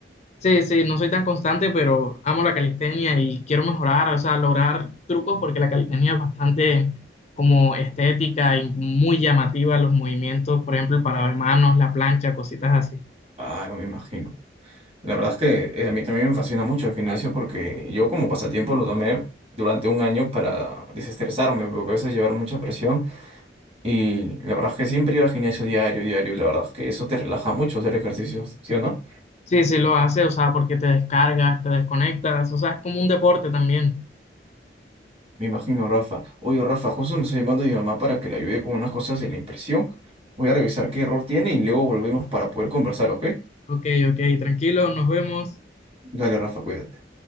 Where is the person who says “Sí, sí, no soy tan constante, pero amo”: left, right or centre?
Left